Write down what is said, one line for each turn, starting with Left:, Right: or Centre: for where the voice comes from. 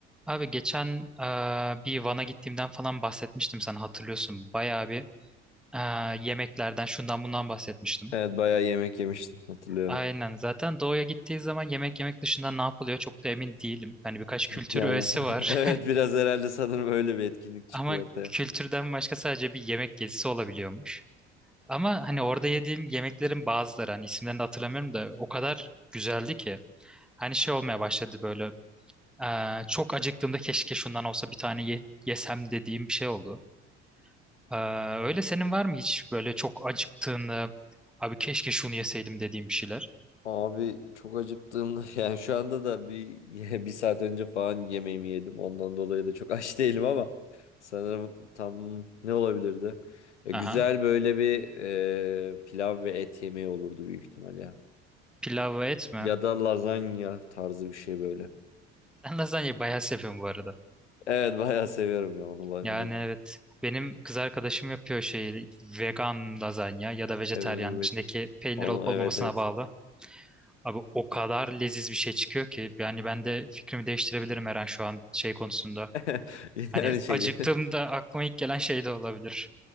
Centre: Abi geçen e, bir Van'a gittiğimden falan bahsetmiştim sana hatırlıyorsun. Bayağı bir e, yemeklerden şundan bundan bahsetmiştim.
Left: Evet bayağı yemek yemiştim hatırlıyorum.
Centre: Aynen zaten doğuya gittiği zaman yemek yemek dışında ne yapılıyor çok da emin değilim. Hani birkaç kültür
Left: Yani
Centre: öğesi var
Left: <laughs> evet biraz herhalde sanırım öyle bir etkinlik
Centre: <laughs>
Left: çıkıyor
Centre: ama
Left: ortaya.
Centre: kültürden başka sadece bir yemek gezisi olabiliyormuş. Ama hani orada yediğim yemeklerin bazıları hani isimlerini de hatırlamıyorum da o kadar güzeldi ki. Hani şey olmaya başladı böyle e, çok acıktığımda keşke şundan olsa bir tane ye- yesem dediğim bir şey oldu. Ee, öyle senin var mı hiç böyle çok acıktığını abi keşke şunu yeseydim dediğim bir şeyler?
Left: Abi çok acıktığımda <laughs> yani şu anda da bir <laughs> bir saat önce falan yemeğimi yedim. Ondan dolayı da çok <laughs> aç değilim ama sanırım tam ne olabilirdi? Ya
Centre: Aha.
Left: güzel böyle bir e, pilav ve et yemeği olurdu büyük ihtimal ya.
Centre: Pilav ve et mi?
Left: Ya da lazanya tarzı bir şey böyle.
Centre: Sen lazanyayı bayağı seviyorum bu arada.
Left: Evet bayağı seviyorum ya onu
Centre: Yani
Left: ben.
Centre: evet. Benim kız arkadaşım yapıyor şey vegan lazanya ya da vejetaryen
Left: Evet.
Centre: içindeki peynir
Left: Onu
Centre: olup olmamasına
Left: evet evet.
Centre: bağlı. Abi o kadar leziz bir şey çıkıyor ki yani ben de fikrimi değiştirebilirim her an şu an şey konusunda.
Left: <laughs>
Centre: Hani
Left: Yani şey
Centre: acıktığımda
Left: <laughs>
Centre: aklıma ilk gelen şey de olabilir.